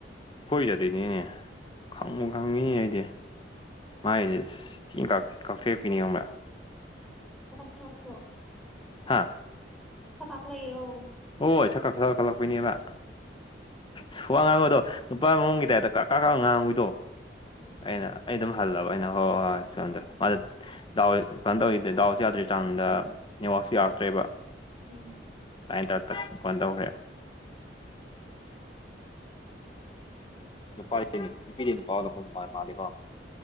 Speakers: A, on the left; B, in the centre.
A: ꯀꯣꯏꯖꯗꯣꯏꯅꯦꯅꯦ ꯈꯪꯉꯨ ꯈꯪꯉꯤꯅꯦ ꯑꯩꯗꯤ ꯃꯥꯥꯏꯁꯦꯡ ꯀꯛꯊꯔꯛꯄꯤꯅꯤꯉꯕ꯭ꯔꯥ
B: ꯀꯛ ꯊ꯭ꯔꯣ
A: ꯍꯥꯥ
B: ꯐꯥꯛꯂ ꯌꯦꯣ
A: ꯑꯣ ꯁꯛ ꯀꯥ ꯈꯠ ꯀꯈꯠꯂꯛꯄꯅꯦꯕ ꯁꯨ ꯉꯥꯡꯕꯗꯣ ꯅꯨꯄꯥ ꯃꯑꯣꯡꯒꯤ ꯇꯥꯏꯞꯇ ꯀꯛ ꯀꯥ ꯀ ꯉꯥꯡꯉꯨꯏꯗꯣ
B: ꯎꯝ
A: ꯑꯩꯅ ꯑꯩ ꯑꯗꯨꯝ ꯍꯜꯂꯕ ꯑꯩꯅ ꯍꯣꯏ ꯍꯣꯏ ꯍꯣꯏ ꯁꯣꯝꯗ ꯗꯥꯎ ꯀꯩꯅꯣ ꯇꯧꯔꯤꯗꯦ ꯗꯥꯎꯁ ꯌꯥꯗ꯭ꯔꯦ ꯆꯥꯡꯗ ꯅꯦꯠꯋꯥꯛꯁꯨ ꯌꯥꯔꯛꯇ꯭ꯔꯦꯕ
B: ꯎꯝ
A: ꯑꯗꯨ ꯇꯧ ꯐꯣꯟ ꯇꯧꯈ꯭ꯔꯦ ꯅꯨꯄꯥꯁ ꯅꯨꯄꯤꯗꯤ ꯅꯨꯄꯥꯥꯎ ꯂꯧꯥꯛꯐꯝ ꯃꯥꯜꯂꯤꯦꯀꯣ